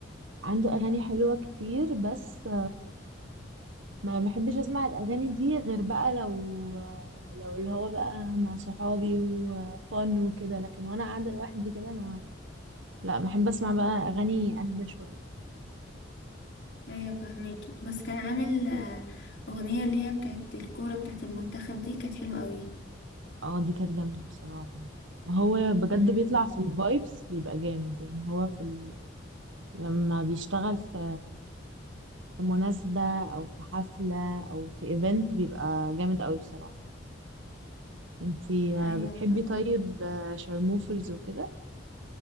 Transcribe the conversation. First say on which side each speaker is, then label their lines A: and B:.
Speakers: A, on the right; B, on the left.
A: وعنده اغاني حلوة كتير بس ما بحبش اسمع الاغاني دي غير بقى لو لو اللي هو بقى مع صحابي وفن وكده لكن وانا قاعده لوحدي كده ما لا بحب اسمع بقى اغاني اهدى شويه
B: ايوه فهماكي بس كان عامل آه، أغنية اللي هي بتاعت الكورة بتاعت المنتخب دي كانت حلوة قوي
A: اه دي كانت جامده بصراحه ما هو بجد
B: امم
A: بيطلع في الفايبس بيبقى جامد يعني هو في ال... لما بيشتغل في في مناسبه او في حفله او في ايفنت بيبقى جامد قوي بصراحه انتي
B: ايوه
A: بتحبي
B: فهماكي
A: طيب آه، شارموفرز وكده